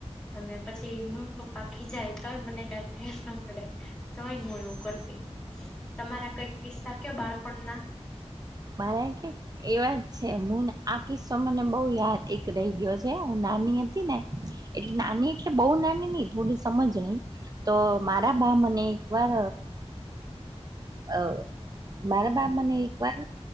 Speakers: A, in the centre; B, on the right (about 35°).
A: અને પછી મમ્મી પપ્પા ખીજાય તોય મને કંઈ ફેર ના પડે. તોય હું એવું કરતી તમારા કઈક કિસ્સા કયો બાળપણ ના.
B: મારા કે એવા જ છે. હું આ કિસ્સો મને બહુ યાદ. રહી ગયો છે હું નાની હતી ને એટલે નાની એટલે બહુ નાની નહ થોડી સમજણી. તો મારા બા મને એક વાર. અ મારા બા મને એક વાર.